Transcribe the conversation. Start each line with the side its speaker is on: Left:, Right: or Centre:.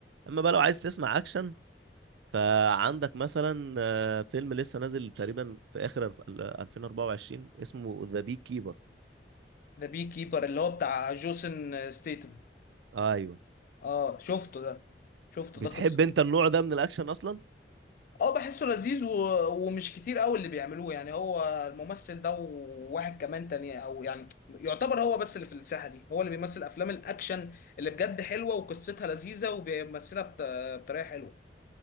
Right: اما بقى لو عايز تسمع اكشن فعندك مثلا آه، فيلم لسه نازل تقريبا في اخر الف- ال- 2024 اسمه ذا بي كيبر
Left: ده بي كيبر اللي هو بتاع جوسن ستيتم
Right: ايوه
Left: اه شفته ده شفته
Right: بتحب
Left: ده قصته
Right: انت النوع ده من الاكشن اصلا
Left: اه بحسه لذيذ و... ومش كتير قوي اللي بيعملوه يعني هو الممثل ده وواحد كمان تاني او يعني يعتبر هو بس اللي في الساحة دي هو اللي بيمثل افلام الاكشن اللي بجد حلوة وقصتها لذيذة وبيمثلها بط... بطريقة حلوة